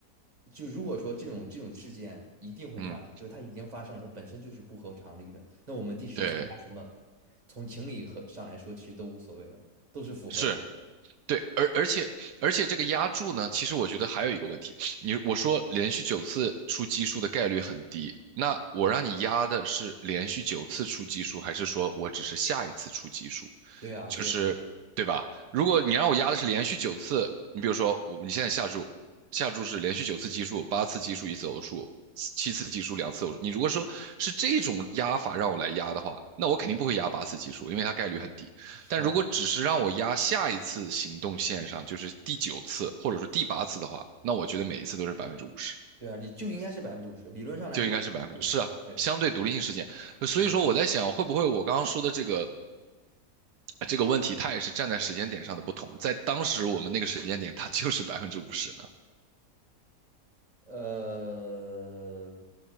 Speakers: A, on the right; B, on the right.
A: 就如果说这种这种事件一定会发生，
B: 嗯，
A: 就是它已经发生了，它本身就是不合常理的，那我们第十次加什么，
B: 对，
A: 从情理和上来说，其实都无所谓了，都是符合。
B: 是。对，而而且而且这个压注呢，其实我觉得还有一个问题，你我说连续九次出奇数的概率很低，那我让你压的是连续九次出奇数，还是说我只是下一次出奇数？
A: 对啊，
B: 就是对吧？
A: 对啊，
B: 如果你让我压的是连续九次，你比如说我你现在下注，下注是连续九次奇数，八次奇数一次偶数，七次奇数两次偶数。你如果说是这种压法让我来压的话，那我肯定不会压八次奇数，因为它概率很低。
A: 是啊，
B: 但如果只是让我压下一次行动线上，就是第九次或者说第八次的话，那我觉得每一次都是百分之五十，
A: 对啊，理就应该是百分之五十，理论上来说就是百分之五十，
B: 就应该是百分之，是啊，
A: 对，
B: 相对独立性事件。所以说我在想，
A: 嗯，
B: 会不会我刚刚说的这个这个问题它也是站在时间点上的不同，在当时我们那个时间点，它就是百分之五十呢。
A: 呃，